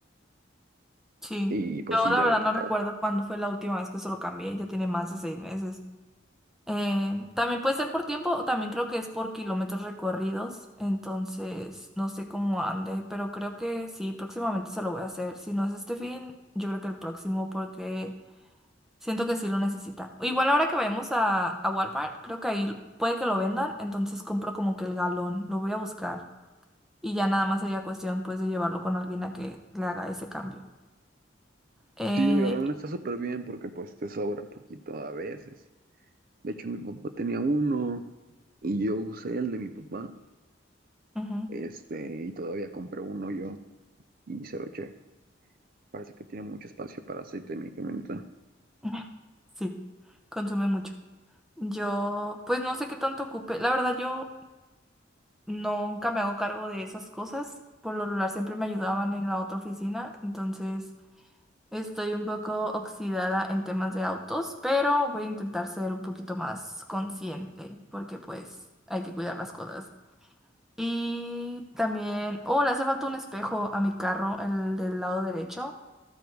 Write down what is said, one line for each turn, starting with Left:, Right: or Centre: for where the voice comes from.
Centre: sí.
Right: y pues
Centre: Yo
Right: sí,
Centre: la
Right: ya
Centre: verdad
Right: le tocaba.
Centre: no recuerdo cuándo fue la última vez que se lo cambié, ya tiene más de seis meses. Eh, también puede ser por tiempo, o también creo que es por kilómetros recorridos, entonces no sé cómo ande, pero creo que sí, próximamente se lo voy a hacer. Si no es este fin, yo creo que el próximo, porque siento que sí lo necesita. Igual ahora que vayamos a, a Walmart, creo que ahí puede que lo vendan, entonces compro como que el galón, lo voy a buscar. Y ya nada más sería cuestión pues de llevarlo con alguien a que le haga ese cambio. Eh,
Right: Sí, el galón está súper bien porque pues te sobra poquito a veces. De hecho, mi papá tenía uno y yo usé el de mi papá,
Centre: ujú,
Right: este, y todavía compré uno yo y se lo eché. Parece que tiene mucho espacio para aceite en mi camioneta.
Centre: <laughs> Sí, consume mucho. Yo, pues no sé qué tanto ocupe. La verdad, yo nunca me hago cargo de esas cosas. Por lo regular siempre me ayudaban en la otra oficina. Entonces, estoy un poco oxidada en temas de autos, pero voy a intentar ser un poquito más consciente, porque pues hay que cuidar las cosas. Y también, oh, le hace falta un espejo a mi carro, el del lado derecho.